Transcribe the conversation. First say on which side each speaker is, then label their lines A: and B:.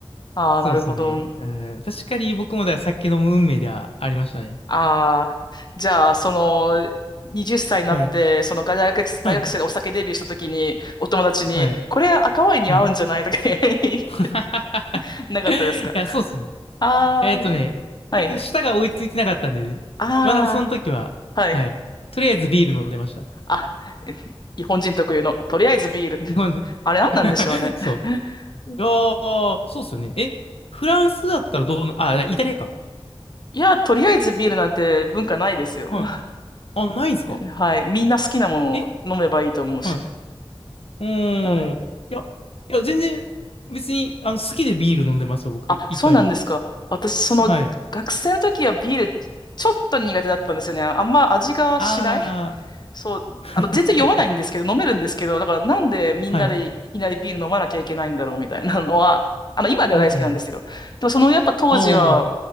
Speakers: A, on the left (about 45°); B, on the left (about 80°).
A: ああ、
B: そうですね。
A: なるほど。
B: うん、確かに僕もだから酒飲む運命ではありましたね。
A: ああ、じゃあ、その、20歳になって、
B: はい。
A: その大学、大学生でお酒デビューした時に、
B: はい。
A: お友達に、
B: はい。
A: これ赤ワインに合うんじゃないとか言え
B: はい <laughs>
A: <laughs> なかったですか
B: いや、そうっすね。
A: ああー、
B: えっとね、
A: はい。
B: 結局舌が追いついてなかったんで、
A: あ
B: まだその時は、
A: あ、はい。
B: はい。とりあえずビール飲んでました。
A: あ、え日本人特有の、とりあえずビール。<laughs>
B: 日本人。
A: あれ何なんでしょうね。
B: <laughs> そ
A: <laughs>
B: う。ああ、そうっすよね。え、フランスだったらどうな、あ、イタリアか。
A: いや、とりあえずビールなんて文化ないですよ。
B: はい。あ、ないんすか
A: はい。みんな好きなものを飲めばいいと思うし。
B: え、はい。うーん。
A: はい。
B: いや、いや、全然、別に、あの、好きでビール飲んでますよ、僕、
A: あ、
B: 一杯目。
A: そうなんですか。私、その、
B: はい。
A: 学生の時はビール、ちょっと苦手だったんですよね。あんま味がしない。
B: あ
A: そう。
B: あ。<laughs>
A: あの、全然酔わないんですけど、飲めるんですけど、だからなんでみんなでいきなりビール飲まなきゃいけないんだろうみたいなのは、
B: はい。
A: <laughs> あの、今では大好きなんですよ。
B: うん。
A: でも、その、やっぱ当時は、
B: あ